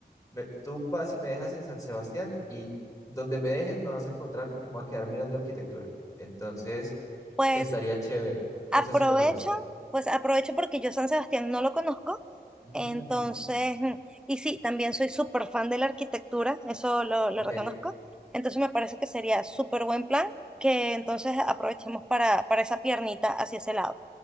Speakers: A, on the left; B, in the centre.
A: me- tú vas y me dejas en San Sebastián y donde me dejes me vas a encontrar porque me voy a quedar mirando arquitectura. Entonces,
B: Pues
A: estaría chévere. No
B: aprovecho,
A: sé si conoces.
B: pues aprovecho porque yo San Sebastián no lo conozco,
A: Mm,
B: entonces, mm, y sí, también soy súper fan de la arquitectura, eso lo, lo
A: Ok.
B: reconozco, entonces me parece que sería súper buen plan que entonces aprovechemos para, para esa piernita hacia ese lado.